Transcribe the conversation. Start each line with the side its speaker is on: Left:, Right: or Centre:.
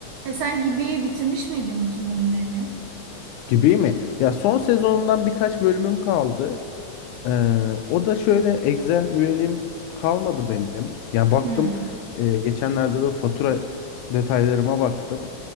Right: E sen gibi bitirmiş miydin bütün bölümlerini?
Left: Gibi mi? Ya son sezonundan birkaç bölümüm kaldı. Ee, o da şöyle Exen üyeliğim kalmadı benim. Yani baktım
Right: Hmm,
Left: e, geçenlerde böyle fatura detaylarıma baktım.